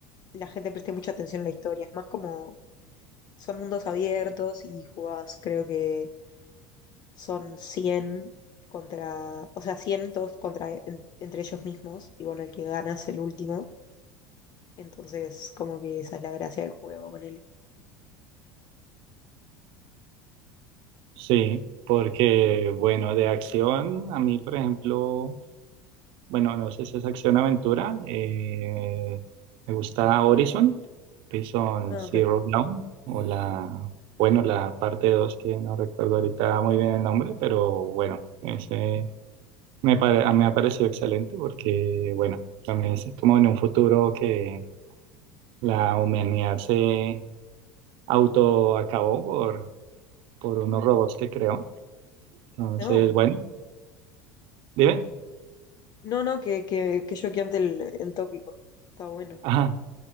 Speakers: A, on the left; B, on the right.
A: la gente preste mucha atención a la historia, es más como son mundos abiertos y jugás, creo que son 100 contra, o sea, 100 todos contra, en- entre ellos mismos, y bueno, el que gana es el último, entonces como que esa es la gracia del juego con él.
B: Sí, porque bueno, de acción, a mí, por ejemplo, bueno, no sé si es acción aventura, eh, me gusta Horizon, Horizon
A: Ah,
B: Zero
A: ok.
B: Dawn, o la, bueno, la parte 2 que no recuerdo ahorita muy bien el nombre, pero bueno, ese me, pare- me ha parecido excelente porque, bueno, también es como en un futuro que la humanidad se autoacabó por, por unos robots que creó. Entonces,
A: No.
B: bueno, dime.
A: No, no, que, que, que choqueante el, el tópico. Está bueno.
B: Ajá,